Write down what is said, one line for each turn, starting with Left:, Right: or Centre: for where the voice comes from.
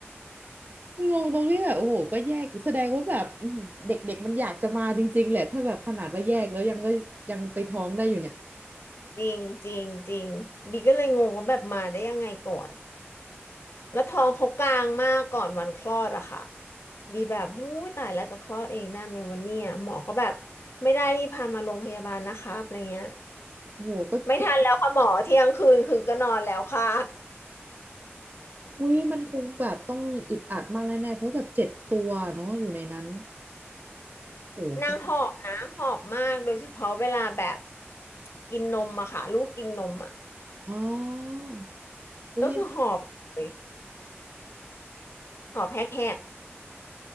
Right: งงตรงที่แบบโอ้โหก็แยกอีกแสดงว่าแบบอื้อหือเด็กๆมันอยากจะมาจริงๆแหละถ้าแบบขนาดว่าแยกแล้วยังก็ยังไปท้องได้อยู่เนี่ย
Left: จริงจริงจริงบีก็เลยงงว่าแบบมาได้ยังไงก่อนแล้วท้องเขากลางมากก่อนวันคลอดอะค่ะบีแบบหู้ยตายแล้วจะคลอดเองได้ไหมวันเนี้ยหมอก็แบบไม่ได้รีบพามาโรงพยาบาลนะครับอะไรเงี้ย
Right: โอ้โหก็ก็
Left: ไม่ทันแล้วค่ะหมอเที่ยงคืนคือก็นอนแล้วค่ะ
Right: อุ้ยมันคงแบบต้องอึดอัดมากแน่ๆเพราะแบบเจ็ดตัวเนาะอยู่ในนั้นโอ้โหคง
Left: นางหอบนะหอบมากโดยเฉพาะเวลาแบบกินนมอะค่ะลูกกินนมอะ
Right: อ๋ออุ้ย
Left: ก็คือหอบเลยหอบแฮกแฮก